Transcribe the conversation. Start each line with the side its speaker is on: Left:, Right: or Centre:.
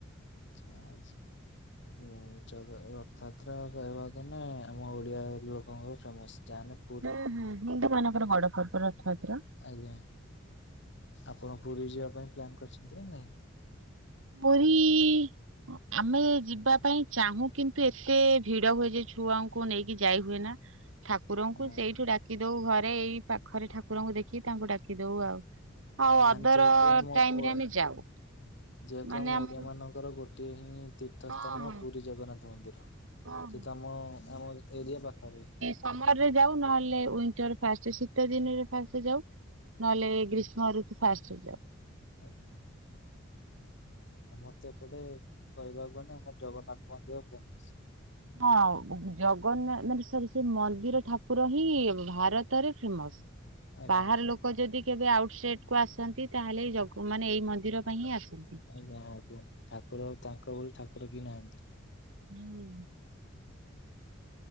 Left: ଚା ଜ।
Right: ଁ <inaudible>
Left: ହୁଁ ଜଗା ରଥଯାତ୍ରା କହିବା ଗଲେ ଆମ ଓଡିଆ ଲୋକଙ୍କର ଫେମସ ଯାହାନେ
Right: ହୁଁ ହୁଁ ହିନ୍ଦୁ ମାନଙ୍କର ବଡ ପର୍ବ ରଥଯାତ୍ରା।
Left: ଆଜ୍ଞା ଆପଣ ପୁରୀ ଯିବା ପାଇଁ ପ୍ଲାନ୍ କରିଛନ୍ତି ନା ନାଇଁ?
Right: ପୁରୀ ଆମେ ଯିବା ପାଇଁ ଚାହୁଁ କିନ୍ତୁ ଏତେ ଭିଡ ହୁଏ ଯେ ଛୁଆଙ୍କୁ ନେଇକି ଯାଇ ହୁଏ ନା। ଠା କୁରଙ୍କୁ
Left: ହଁ
Right: ସେଇଠୁ ଡାକି ଦଉ ଘରେ ଏଇ ପାଖରେ ଠାକୁରଙ୍କୁ ଦେଖି ତାଙ୍କୁ ଡାକି ଦଉ ଆଉ। ଆଉ
Left: ଯାନ୍
Right: ଅଦର
Left: ଯେହେତୁ ଆମ
Right: ଟାଇମରେ
Left: ଓ
Right: ଆମେ ଯାଉ।
Left: ଯେହେତୁ
Right: ମାନେ
Left: ଆମ
Right: ଆମର
Left: ଓଡିଆ ମାନଙ୍କର ଗୋଟିଏ ହିଁ ତୀର୍ଥ
Right: ହଁ
Left: ସ୍ଥାନ
Right: ହଁ
Left: ପୁରୀ ଜଗନ୍ନାଥ ମନ୍ଦିର।
Right: ହଁ ହଁ।
Left: ସେ ତ ଆମ ଆମ ଏରିଆ ପାଖରେ।
Right: ସମର ରେ ଯାଉ ନହେଲେ ୱିଣ୍ଟର ଫାଷ୍ଟ ଶୀତ ଦିନରେ ଫାଷ୍ଟ ଯାଉ। ନହେଲେ
Left: ଆଜ୍ଞା
Right: ଗ୍ରୀଷ୍ମ ଋତୁ ଫାଷ୍ଟରେ ଯାଉ।
Left: ଆଜ୍ଞା। ଆମର ତ ଏପଟେ କହିବାକୁ ଗଲେ ଆମର ଜଗନ୍ନାଥ ମନ୍ଦିର ଫେମସ।
Right: ହଁ ଜଗନ୍ନାଥ ମାନେ ସରି ସେ ମନ୍ଦିର ଠାକୁର ହିଁ ଭାରତରେ ଫେମସ।
Left: ଆଜ୍ଞା।
Right: ବାହାର ଲୋ କ ଯଦି କେବେ ଆଉଟ୍ ସାଇଡ୍ କୁ ଆସନ୍ତି ତାହେଲେ ଏଇ ଜଗ ମାନେ ଏଇ ମନ୍ଦିର ପାଇଁ ହିଁ ଆସନ୍ତି।
Left: ଆଜ୍ଞା ହଉଥିବ ଠାକୁର ତାଙ୍କ ଭଳି ଠାକୁର କିଏ ନାହାଁନ୍ତି।
Right: ହୁଁ।
Left: ହୁଁ।